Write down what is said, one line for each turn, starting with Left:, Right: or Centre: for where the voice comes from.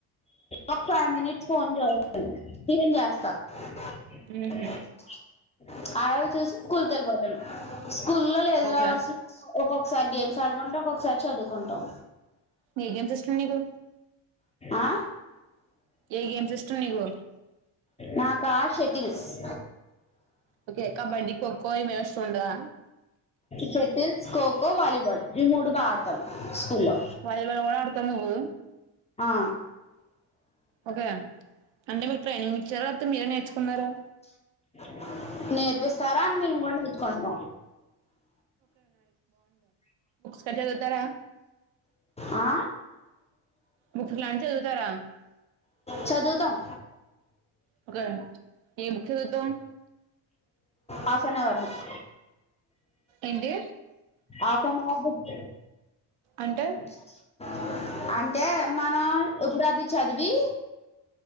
Left: ఒ ఫైవ్ మినిట్స్ ఫోన్ చూస్తూ టిఫెన్ జాస్తా. <unintelligible>
Right: ఉహు,
Left: చూసి స్కూల్కేళ్ళిపోతాను స్కూల్లో లీసర్
Right: ఓకే
Left: అవర్స్లో ఒక్కొ ఒకసారి గేమ్స్ ఆడుకుంట ఒక్కొక్కసారి చదువుకుంటాం.
Right: ఏ గేమ్స్ ఇష్టం నీకూ.
Left: ఆ
Right: ఏ గేమ్స్ ఇష్టం నీకు
Left: నాకా షటిల్స్ <unintelligible>
Right: ఓకే కబడ్డీ ఖోఖో ఏమి ఎస్ట్ ఉండదా
Left: షేటిల్ ఖోఖో వాలీబాల్ ఈ మూడు బా ఆడతాను స్కూల్లో.
Right: వాలీబాల్ కూడ అడుతనువ్వూ.
Left: ఆ
Right: ఓకే అంటె మీక్ ట్రైనింగ్ ఇచ్చార లేపోతే మీరే నేర్చుకున్నారా.
Left: <inaudible> నేర్పిస్తారండ్ మేము కూడ నేర్చుకుంటాం.
Right: కంచే పెడతారా.
Left: ఆ
Right: బుక్స్ లాంటి చదువుతారా
Left: చదువుతం.
Right: ఒకే ఏ బుక్స్ చదుతావ్.
Left: ఆ తన వర్క్ బుక్
Right: ఏంటి
Left: ఆసన వర్క్ బుక్
Right: అంటే
Left: <unintelligible> అంటే మనం ఇప్పుడవ్వి చదివీ.